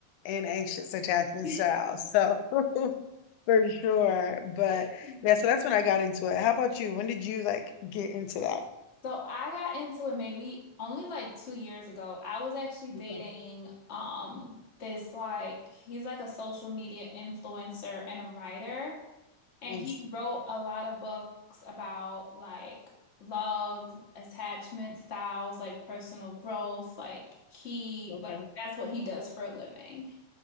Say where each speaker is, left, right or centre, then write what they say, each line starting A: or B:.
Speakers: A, on the left; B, on the left.
A: an anxious attachment
B: Mm-hmm.
A: style. So for sure. But
B: <laughs>
A: yeah, so that's when I got into it. How about you? When did you like get into that?
B: So I got into it maybe only like two years ago. I was actually dating
A: Okay.
B: um this like he's like a social media influencer and a writer, and
A: Nice.
B: he wrote a lot of books about like love, attachment styles, like personal growth. Like he
A: Okay.
B: like that's what he does for a living.